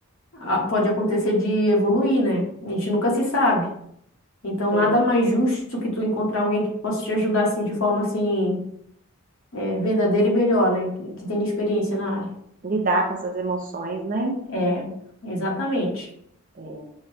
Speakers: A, on the left; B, on the right.
A: ah, pode acontecer de evoluir, né? A gente nunca se sabe. Então,
B: é,
A: nada mais justo que tu encontrar alguém que possa te ajudar assim de forma assim é, verdadeira e melhor, né? Que, que tenha experiência na área.
B: lidar com essas emoções, né?
A: É, exatamente.
B: é.